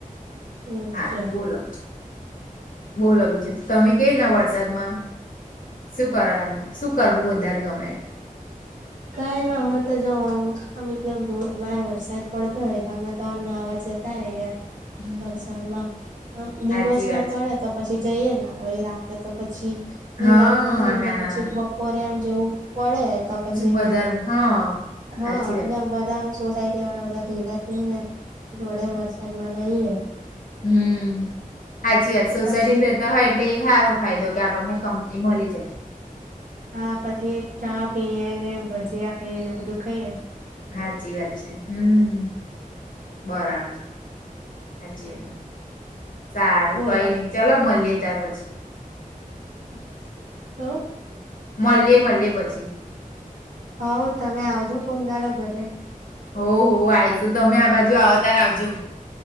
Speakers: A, on the right; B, on the left.
A: એમ
B: હા
A: છે
B: બોલ છો બોલો બીજ તમે કે ના વરસાદમાં શું કરો એમ શું કરવું વધારે ગમે
A: કઈ ના હોય તો જો આમ એકદમ ધોધમાર વરસાદ પડતો હોય તો અમે તોમ અવાજ જતા ર
B: હમ
A: વરસાદમાં દિવસમાં
B: સાચી વાત
A: પડે
B: છે.
A: તો પછી પછી જઈએ હો રાતે તો પછી બીમાર
B: હા
A: પડે એટલે
B: ના ના
A: પછી
B: ના
A: બપોરે એમ જેવું પડે
B: વધાર
A: અમે
B: હા
A: હા
B: સાચી વાત
A: એટલે
B: છે
A: આમ બધા આમ સોસાયટી વાળા બધા ભેગા થઈ ને જોડે વરસાદમાં નહી
B: હમ સાચી વાત સોસાયટી
A: પછી
B: રહેતા હોય એટલે સાર. ાયો કે આપ કંપની મળ જ.
A: હા પછી ચા પીએ ને ભજીયા ખાઈએ ને બધું ખાઈએ
B: સાાચી વાત છે હમ બરાબર. હાજીી સારું
A: બોલો
B: કઈ નઈ ચાલ મળીએ ત્યાર પછી.
A: <inaudible>
B: <inaudible> પછી
A: હ તમે આવજો. કોમ દાડો ઘરે
B: હો હો આય તો તમે આ બાજુ આવતાર આવજો.